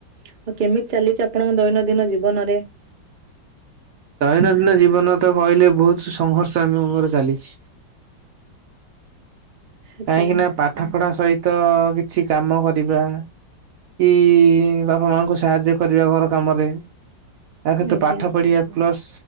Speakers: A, on the right; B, on the right.
A: ଆଉ କେମିତି ଚାଲିଛି ଆପଣଙ୍କ ଦୈନନ୍ଦିନ ଜୀବନରେ?
B: ଦୈନନ୍ଦିନ ଜୀବନ ତ କହିଲେ ବହୁତ ସଂଘର୍ଷ ମୋର ଚାଲିଛି।
A: ଆଜ୍ଞା।
B: କାହିଁକି ନା ପାଠ ପଢା ସହିତ କିଛି କାମ କରିବା। କି ବାପା ମାଙ୍କୁ ସାହାଯ୍ୟ କରିବା ଘର କାମରେ। ତା ସହିତ
A: ଆଜ୍ଞା
B: ପାଠ ପଢିବା ପ୍ଲସ